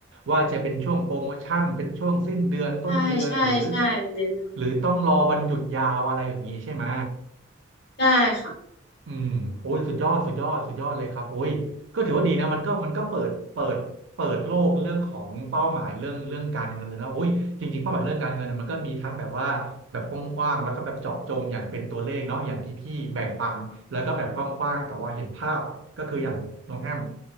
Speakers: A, on the right (about 70°); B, on the left (about 55°).
A: ว่าจะเป็นช่วงโปรโมชั่นเป็นช่วงสิ้นเดือนต้นเดือนหรือ
B: ใช่ใช่ใช่เน้นพี่บอล
A: หรือต้องรอวันหยุดยาวอะไรแบบนี้ใช่ไหม
B: ใช่ค่ะ
A: อืมโอ้ยสุดยอดสุดยอดสุดยอดเลยครับโอ้ยก็ถือว่าดีนะมันก็มันก็เปิดเปิดเปิดโลกเรื่องของเป้าหมายเรื่องเรื่องการเงินเลยนะโอ้ยจริงๆเป้าหมายเรื่องการเงินน่ะมันก็มีทั้งแบบว่าแบบกว้างๆแล้วก็แบบเจาะจงอย่างเป็นตัวเลขเนาะอย่างที่พี่แบ่งปันแล้วก็แบบกว้างๆแต่ว่าเห็นภาพก็คืออย่างน้องแอม